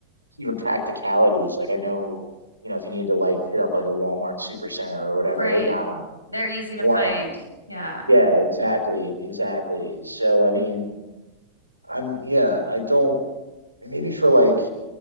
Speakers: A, on the right; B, on the left.
A: even practicalities. Like I know, you know, if you need to like hit up like a Walmart Supercenter or whatever,
B: Right.
A: they got them.
B: They're easy
A: We
B: to
A: want.
B: find. Yeah.
A: Yeah, exactly, exactly. So I mean, I'm yeah, I don't maybe for like